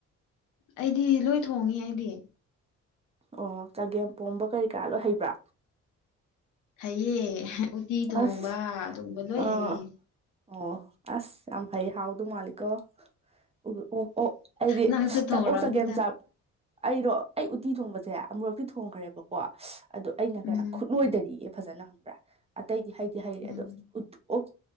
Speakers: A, on the left; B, on the right.
A: ꯑꯩꯗꯤ ꯂꯣꯏ ꯊꯣꯡꯉꯤ ꯑꯩꯗꯤ
B: ꯑꯣ ꯆꯒꯦꯝꯄꯣꯝꯕ ꯀꯔꯤ ꯀꯔꯥ ꯂꯣꯏ ꯍꯩꯕ꯭ꯔꯥ?
A: ꯍꯩꯌꯦ ꯎꯇꯤ ꯊꯣꯡꯕ
B: ꯑꯁ
A: ꯑꯗꯨꯒꯨꯝꯕ ꯂꯣꯏ
B: ꯑꯥ
A: ꯍꯩꯌꯦ
B: ꯑꯣ ꯑꯁ ꯌꯥꯝ ꯍꯩꯌꯦ ꯍꯥꯎꯗꯧ ꯃꯥꯜꯂꯤꯀꯣ ꯎ ꯑꯣ ꯑꯣꯛ ꯑꯩꯗꯤ
A: ꯅꯪꯁꯨ
B: <unintelligible>
A: ꯊꯣꯡꯔꯝꯅꯤꯗ
B: ꯅꯪ ꯑꯣꯛ ꯆꯒꯦꯝ ꯆꯞ ꯑꯩꯔꯣ ꯑꯩ ꯎꯇꯤ ꯊꯣꯡꯕꯁꯦ ꯑꯃꯨꯔꯛꯇꯤ ꯊꯣꯡꯈ꯭ꯔꯦꯕꯀꯣ <unintelligible> ꯑꯗꯨ ꯑꯩꯅ ꯀꯌꯥ
A: ꯎꯝ
B: ꯈꯨꯠꯂꯣꯏꯗꯔꯤꯑꯦ ꯐꯖꯅ ꯈꯪꯕ꯭ꯔꯥ ꯑꯇꯩꯗꯤ ꯍꯩꯗꯤ ꯍꯩꯔꯦ
A: ꯎꯝ
B: ꯑꯗꯣ ꯎꯠ ꯑꯣꯛ